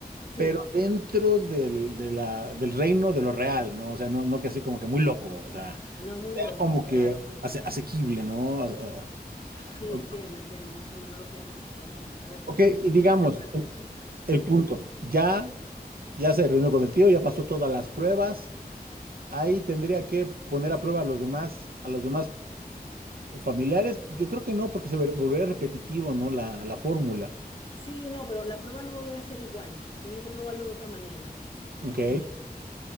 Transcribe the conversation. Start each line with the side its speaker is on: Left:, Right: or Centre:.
Left: Sí,
Right: pero dentro del, de la, del reino de lo real, ¿no? O sea, no, no que así como que muy loco, o sea,
Left: no muy loco,
Right: como que
Left: claro.
Right: ase- asequible, ¿no? Ah,
Left: Sí,
Right: ah.
Left: entiendo, entiendo, más o menos lo que, más o menos. A ver,
Right: Ok,
Left: déjame pensar
Right: y digamos,
Left: qué otra
Right: en-
Left: cosa. Sí.
Right: el punto, ya, ya se reunió con el tío, ya pasó todas las pruebas, ahí tendría que poner a prueba a los demás, a los demás familiares. Yo creo que no, porque se ver- volvería repetitivo, ¿no? La, la fórmula.
Left: Sí, no, pero la prueba no debe ser igual. Tiene que probarlo de otra manera.
Right: Ok,
Left: No sé.